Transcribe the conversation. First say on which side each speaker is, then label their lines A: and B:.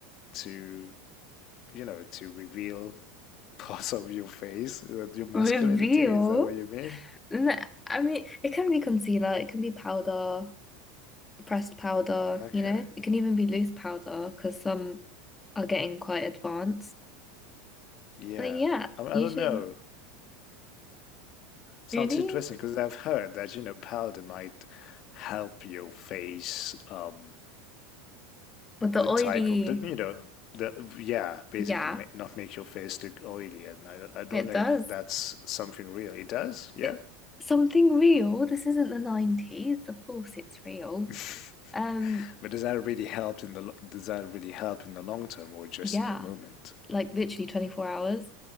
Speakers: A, on the left; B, on the left.
A: to, you know, to reveal Parts of your face, uh, your masculinity,
B: Reveal
A: is that what you mean?
B: No, I mean, it can be concealer, it can be powder, pressed powder,
A: Okay,
B: you know, it can even be loose powder because some are getting quite advanced.
A: yeah.
B: But yeah,
A: I, I
B: you
A: don't
B: should
A: know. Sounds
B: really.
A: interesting because I've heard that, you know, powder might help your face, um,
B: But the
A: the
B: oily,
A: type of the, you know, the, yeah, basically
B: yeah,
A: make, not make your face look oily. And I, don't- I don't
B: it
A: know
B: does.
A: if that's something real. It does, yeah?
B: It something real. This isn't the 90s. Of course it's real.
A: <laughs>
B: Um,
A: But does that really help in the, lo- does that really help in the long term or just
B: yeah,
A: in the moment?
B: like literally 24 hours.